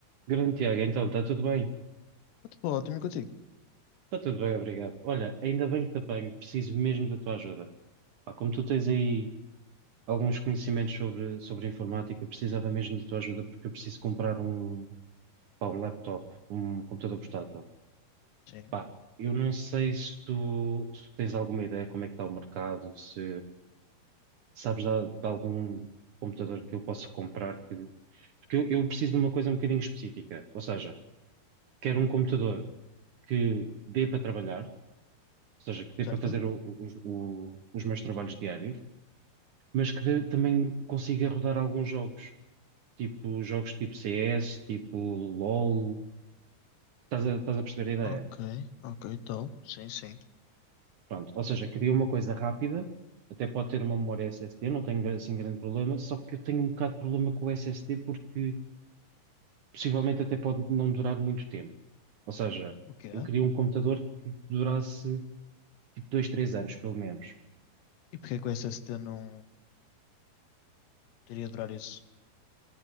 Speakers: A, on the right (about 60°); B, on the left (about 80°).
A: Grande Tiago, então, está tudo bem?
B: Tudo ótimo e contigo?
A: Está tudo bem, obrigado. Olha, ainda bem que te apanho, preciso mesmo da tua ajuda. Pá, como tu tens aí alguns conhecimentos sobre, sobre informática, precisava mesmo da tua ajuda porque eu preciso comprar um, pá, um laptop, um computador portátil.
B: Sim,
A: Pá, eu não sei se tu, se tu tens alguma ideia como é que está o mercado, se sabes de, de algum computador que eu possa comprar que... Porque eu, eu preciso de uma coisa um bocadinho específica, ou seja, quero um computador que dê para trabalhar, ou seja, que dê
B: certo?
A: para fazer o- o- os o- os meus trabalhos diários, mas que dê- também consiga rodar alguns jogos, tipo jogos tipo CS, tipo LOL, estás a, estás a perceber a ideia?
B: Ok, ok, então. Sim, sim.
A: Pronto, ou seja, queria uma coisa rápida, até pode ter uma memória SSD, não tenho assim grande problema, só que eu tenho um bocado de problema com o SSD porque possivelmente até pode não durar muito tempo. Ou seja,
B: O que é?
A: eu queria um computador que durasse tipo dois três anos, pelo menos.
B: E porquê que o SSD não teria de durar isso?